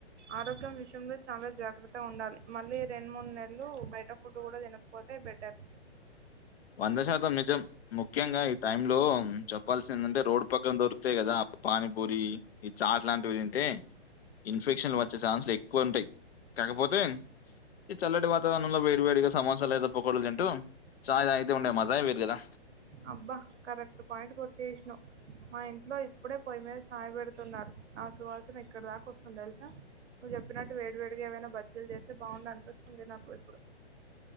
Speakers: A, on the right (about 80°); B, on the left (about 65°).
A: ఆరోగ్యం విషయంలో చాలా జాగ్రత్త ఉండాలి, మళ్ళీ రెండు మూడు నెలలు బయట ఫుడ్ గుడ తిన పోతే బెటర్
B: వంద శాతం నిజం. ముఖ్యంగా ఈ టైం లో చెప్పాల్సిందంటే రోడ్డు పక్కక దొరుకుతయి కదా పానిపూరి ఈ చాట్ లాంటివి తింటే, ఇన్ఫెక్షన్లు వచ్చే ఛాన్సులు ఎక్కువ ఉంటయి, కాకపోతే ఈ చల్లటి వాతావరణంలో వేడి వేడిగా సమోసా లేదా పొకొడ తింటూ చాయ్ తాగితే ఉండే మజా ఏ వేరు గదా.
A: అబ్బ కరెక్ట్ పాయింట్ గుర్తుచేసినవ్. మా ఇంట్లో ఇప్పుడే పొయ్ మీద చాయి పెడుతున్నారు, ఆ సువాసన ఇక్కడ దాకా వస్తుంది తెలుసా? నువ్వు చెప్పినట్టు వేడి వేడిగా ఏవైనా బజ్జీలు చేస్తే బాఉండు అనిపిస్తుంది నాకు ఇప్పుడు.